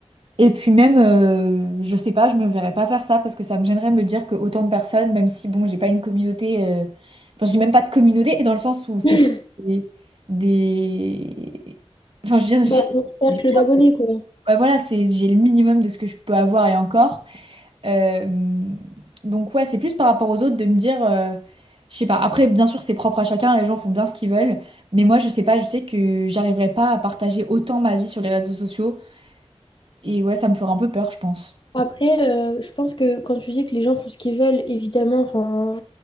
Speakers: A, on the right; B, on the left.
A: Et puis même, euh, je sais pas, je me verrais pas faire ça parce que ça me gênerait de me dire que autant de personnes, même si bon, j'ai pas une communauté, euh, enfin j'ai même pas de communauté et dans le sens où c'est
B: <laughs>
A: des, des- enfin je veux
B: Bah,
A: dire,
B: mon cercle
A: j'ai-
B: d'abonnés, quoi.
A: ouais, voilà, c'est j'ai le minimum de ce que je peux avoir et encore. Euh, donc ouais, c'est plus par rapport aux autres de me dire, euh, je sais pas. Après, bien sûr, c'est propre à chacun, les gens font bien ce qu'ils veulent, mais moi, je sais pas, je sais que j'arriverai pas à partager autant ma vie sur les réseaux sociaux, et ouais, ça me ferait un peu peur, je pense.
B: Après, euh, je pense que quand tu dis que les gens font ce qu'ils veulent, évidemment, enfin,